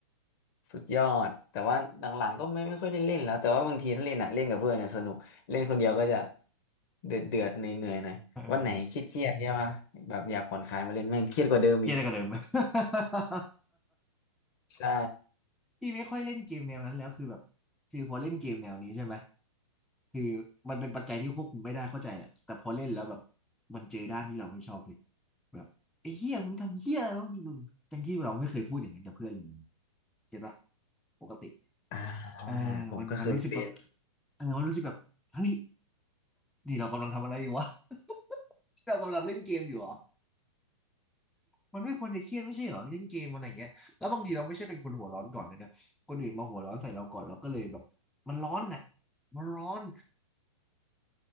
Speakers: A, on the left; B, in the centre.
A: สุดยอดแต่ว่าหลังๆก็ไม่ไม่ค่อยได้เล่นแล้วแต่ว่าบางทีถ้าเล่นอ่ะเล่นกับเพื่อนเนี่ยสนุกเล่นคนเดียวก็จะเดือดเดือดเหนื่อยเหนื่อยหน่อยวันไหนเครียดเครียดใช่ปะแบบอยากผ่อนคลายมาเล่นแม่งเครียดกว่าเดิมอีก
B: เออเกลียดอะไรกันเลยมั้ย <laughs>
A: ใช่
B: พี่ไม่ค่อยเล่นเกมแนวนั้นแล้วคือแบบคือพอเล่นเกมแนวนี้ใช่ไหม คือมันเป็นปัจจัยที่ควบคุมไม่ได้เข้าใจแหละแต่พอเล่นแล้วแบบมันเจอด้านที่เราไม่ชอบเลยแบบไอ้เหี้ยมึงทำเหี้ยอะไรวะมึงอย่างที่เราไม่เคยพูดอย่างนั้นกับเพื่อนเลยเก็ตปะปกติ
A: อ่า
B: เออมันมันรู้สึกแบบ
A: ผมก็เคยเป็น
B: เออมันรู้สึกแบบเฮ้ยนี่เรากำลังทำอะไรอยู่วะ <laughs> เรากำลังเล่นเกมอยู่เหรอมันไม่ควรจะเครียดไม่ใช่เหรอเล่นเกมมันอะไรางเงี้ยแล้วบางทีเราไม่ใช่เป็นคนหัวร้อนก่อนด้วยนะคนอื่นมาหัวร้อนใส่เราก่อนเราก็เลยแบบมันร้อนน่ะมันร้อน